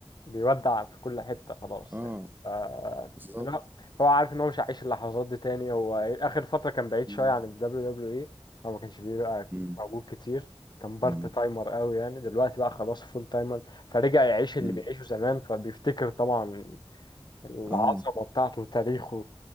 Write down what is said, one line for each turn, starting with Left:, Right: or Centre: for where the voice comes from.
Left: بيودع في كل حتة خلاص
Right: آه،
Left: يعني آه،
Right: بالضبط،
Left: اللي هو هو عارف ان هو مش هيعيش اللحظات دي تاني هو اخر فترة كان بعيد
Right: إمم،
Left: شوية عن ال WWE هو ما كانش بيبقى
Right: إمم،
Left: موجود كتير كان بارت
Right: إمم،
Left: تايمر قوي يعني دلوقتي بقى خلاص فول تايمر فرجع يعيش اللي
Right: إمم،
Left: بيعيشه زمان فبيفتكر طبعا العظمة
Right: آه،
Left: بتاعته وتاريخه